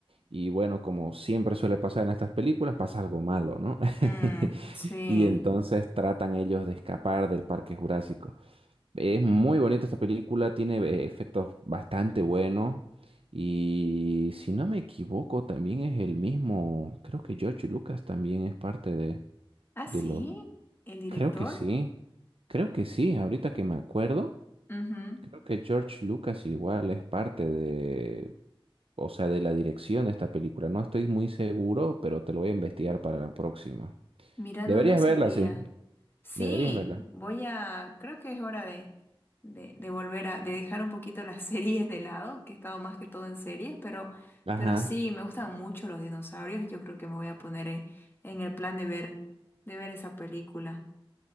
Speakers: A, on the right; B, on the left.
A: Y bueno, como siempre suele pasar en estas películas, pasa algo malo, ¿no? <laughs>
B: Mm, sí.
A: Y entonces tratan ellos de escapar del Parque Jurásico. Es muy bonita esta película, tiene eh, efectos bastante buenos. Y si no me equivoco, también es el mismo, creo que George Lucas también es parte de,
B: ¿Ah,
A: de
B: sí?
A: los,
B: ¿El director?
A: creo que sí, creo que sí, ahorita que me acuerdo.
B: Ujú.
A: Creo que George Lucas igual es parte de, o sea, de la dirección de esta película. No estoy muy seguro, pero te lo voy a investigar para la próxima.
B: Mira,
A: Deberías
B: no, no sabía.
A: verla, sí.
B: Sí,
A: Deberías verla.
B: voy a, creo que es hora de, de, de volver a, de dejar un poquito las <laughs> series de lado, que he estado más que todo en series, pero, pero
A: Ajá.
B: sí, me gustan mucho los dinosaurios y yo creo que me voy a poner eh, en el plan de ver, de ver esa película.